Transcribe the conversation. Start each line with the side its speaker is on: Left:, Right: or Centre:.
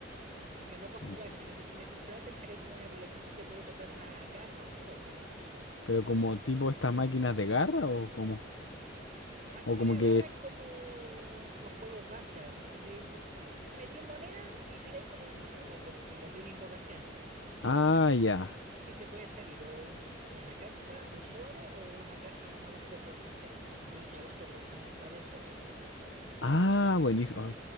Right: O sea, no para jugar,
Left: Mm.
Right: sino que tú metís plata y sacas como una pelotita y te puede tocar una caja o un sobre.
Left: Pero como tipo estas máquinas de garra o como...
Right: Más que
Left: O como
Right: de garra
Left: que.
Right: es como los juegos gacha. No sé si, si te metís moneda y tiráis como un sumo, por decirlo así, una invocación.
Left: Ah, ya.
Right: Y te puede salir o un s- una carta, un sobre o una caja, una booster box entera. Bu- Una booster box son varios sobres.
Left: Ah, buenísimo. Oh,